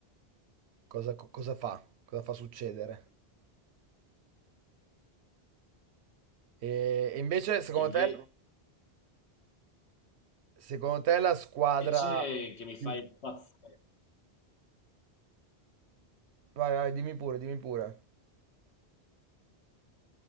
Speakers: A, on the right (about 80°); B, on the left (about 80°).
A: Cosa, co- cosa fa? Cosa fa succedere? E, e invece, secondo
B: Invece
A: te, secondo te la squadra
B: che mi
A: più...
B: fa impazzire,
A: Vai, vai, dimmi pure, dimmi pure.